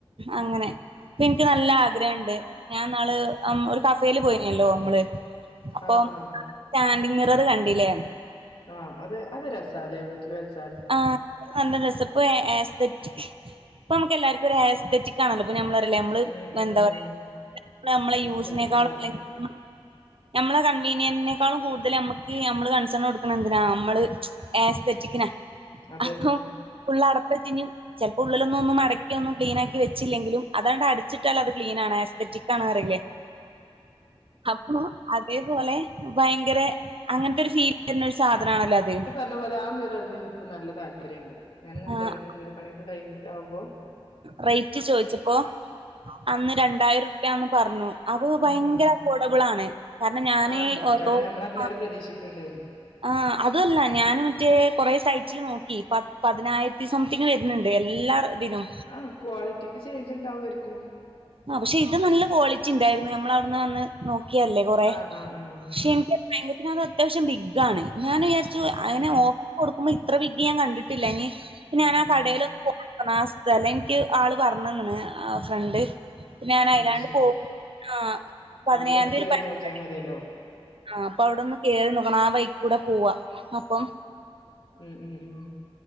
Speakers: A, on the right (about 65°); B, on the left (about 60°).
A: അങ്ങനെ ഇപ്പൻക്ക് നല്ല ആഗ്രഅണ്ട് ഞാൻന്നാള് അം ഒരു കഫെല് പോയിനല്ലോ മ്മള് അപ്പൊ
B: ആഹ് ആഹ്
A: സ്റ്റാൻഡിങ് മിറർ കണ്ടില്ലേ
B: ആഹ് അത് അത് രസ്സാലെ വീട്ടിൽ വച്
A: ആഹ് നല്ല രസഇപ്പൊ ആഹ് ആഹ്സ്തെറ്റിക്ക് ഇപ്പംമുക്ക് എല്ലാർക്കും ഒര് ആഹസ്തെറ്റിക്ക് കാ ണല്ലോ ഇപ്പ നമ്മളറില്ലേ നമ്മള്
B: ഉം ഉം
A: എന്താ
B: ഉം
A: പറയാ
B: ഉം
A: നമ്മെളെ
B: മനസ്സിലായി
A: യൂസിനെക്കാളും
B: ആഹ്
A: അല്ലെങ്കി <inaudible> ഞമ്മളെ കൺവീനിയൻനെക്കാളും കൂടുതൽ അമ്മക്ക് അമ്മള് കൺസേൺ കൊടുക്കണെന്തിനാ അമ്മള് ആസ്തറ്റിക്കിനാ
B: അതന്നെ
A: അപ്പോം ഉള്ള അടപ്പചിഞ്ഞും ചെൽപ്പോ ഉള്ളിലൊന്നുംന്നും മടക്കിയൊന്നും ക്ലീനാക്കി വെച്ചില്ലെങ്കിലും അതാണ്ട് അടിച്ചിട്ടാൽ അത് ക്ലീനണെഅ സ് തെറ്റി കാണാറല്ലേ അപ്പൊ അതേപോലെ ഭയങ്കര അങ്ങനത്തെ ഒരു രീതി തരുന്ന ഒരു സാധനമാണല്ലോ അത്
B: പറ പോലെ ആ മീറന്ന് എനിക്ക നല്ല താല്പര്യംണ്ട് ഞാനിങ്
A: ആഹ്
B: വിചാരിക്കും വീട് പണിക്കെ കഴിഞ്ഞിട്ടാകുമോ
A: റേറ്റ് ചോദിച്ചപ്പോ അന്ന് രണ്ടായിരം റൂപ്യന്ന് പറഞ്ഞു അവു ഭയങ്കര
B: ഉം ഉം
A: അഫോർഡബിൾ ആണ് കാരണം ഞാന്
B: ആണ്
A: ഓലോ
B: കാരണം നമ്മൾ അതിലേറെ
A: ആഹ് ആഹ്
B: പ്രതീക്ഷിക്ക്ണ്ടായിന്
A: ആ അതല്ല ഞൻ മറ്റേ കുറെ സൈറ്റില് നോക്കിപ്പ പതിനായിരത്തി സംതിങ്ങ് വരുന്നുണ്ട് എല്ലാ ഇതിനും
B: ആഹ് ക്വാളിറ്റിക്ക് ചേഞ്ച് ഉണ്ടാമായിരിക്കും
A: ആ പക്ഷെ ഇത് നല്ല ക്വാളിറ്റി ഉണ്ടായിരുന്നു നമ്മള അവിടുന്ന് വന്ന് നോക്കിയല്ലേ കൊറ
B: ആ ആ ആ
A: പക്ഷെ എനിക്ക് യങ്ക പിന്നെ അത് അത്യാവശം ബിഗ ആണ് ഞാൻ വിചാരിച്ചു
B: ഉം
A: അതിനെ ഓ കൊടുക്കുമ്പോ ഇത്ര വിഗി ഞാൻ കണ്ടിട്ടില്ല ഇനി
B: ഉം
A: ഞാന
B: ഉം
A: ആ കടയിലോ <unintelligible> എനിക്ക് ആള് പറഞ്ഞന്ന ഫ്രണ്ട് ഞാൻ അയലാണ്ട്
B: അത് ശരി
A: പോക ആഹ്
B: ആ
A: പതിനയാന്തികൂ
B: അവിടെന്ന് കേറി
A: ഒരു പരിപാടിക്ക്
B: നോക്കിയാ മതിയല്ലോ
A: ആ അപ്പൊ അവിടൊന്ന് കേയറി നോക്കണം ആവൈക്ക് കൂടെ പോവാ അപ്പം
B: ഉം ഉം ഉം